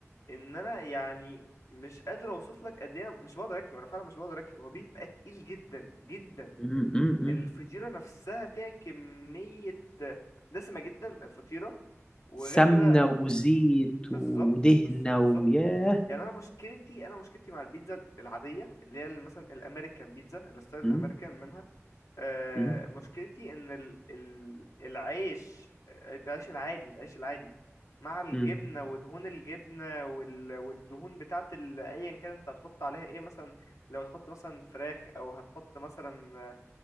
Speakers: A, on the left; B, on the left.
A: ان انا يعني مش قادر اوصف لك قد ايه مش بقدر اكله انا فعلا مش بقدر اكله هو بيبقى تقيل جدا جدا
B: م- م- م.
A: الفطيره نفسها فيها كميه دسمه جدا الفطيره وغير
B: سمنة
A: كده
B: وزيت
A: بالظبط
B: ودهنة
A: بز- بالظبط
B: ويا
A: يعني انا مشكلتي انا مشكلتي مع البيتزا العاديه اللي هي مثلا الامريكان بيتزا الستايل
B: م-
A: الامريكان منها آه،
B: م-
A: مشكلتي ان ال... ال... العيش العيش العادي العيش العادي مع الجبنه
B: م.
A: ودهون الجبنه وال... والدهون بتاعت ال... ايا كان انت هتحط عليها ايه مثلا لو هتحط مثلا فراخ او هتحط مثلا